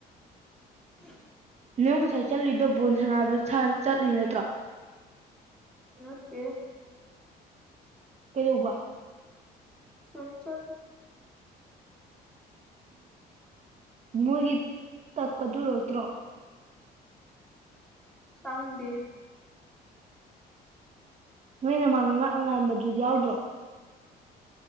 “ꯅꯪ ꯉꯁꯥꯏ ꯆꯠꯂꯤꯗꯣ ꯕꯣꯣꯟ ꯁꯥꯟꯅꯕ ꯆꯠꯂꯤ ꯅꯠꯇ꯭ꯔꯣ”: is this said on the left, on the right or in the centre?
Right